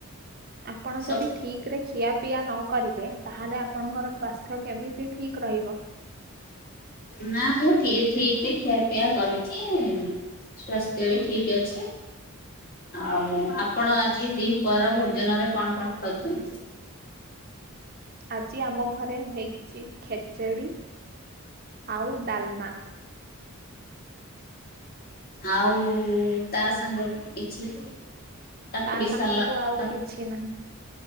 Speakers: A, on the right (about 45°); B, on the left (about 45°).
A: ଆପଣ
B: ସ-
A: ଯଦି ଠିକ୍। ଠିକ ରେ ଖିଆ ପିଆ ନ କରିବେ ତାହେଲେ ଆପଣଙ୍କର ସ୍ୱାସ୍ଥ୍ୟ କେମିତି ଠିକ ରହିବ।
B: ନା ମୁଁ ଠିକ୍ ଠିକ୍ ରେ ଖିଆ ପିଆ କରୁଛି। ସ୍ୱାସ୍ଥ୍ୟ ବି ଠିକ ଅଛି। ଆଉ ଆପଣ ଆଜି ଦିପର ଭୋଜନରେ କଣ କଣ ଖାଉଛନ୍ତି।
A: ଆଜି ଆମ ଘରେ ହେଇଛି ଖେଚେଡି ଆଉ ଡାଲମା।
B: ଆଉ ତା ସାଙ୍ଗକୁ କିଛି। କାକୁଡି
A: ତା ସାଙ୍ଗ
B: ସାଲାଡ
A: କୁ ଆଉ
B: କା
A: କିଛି ନାହିଁ।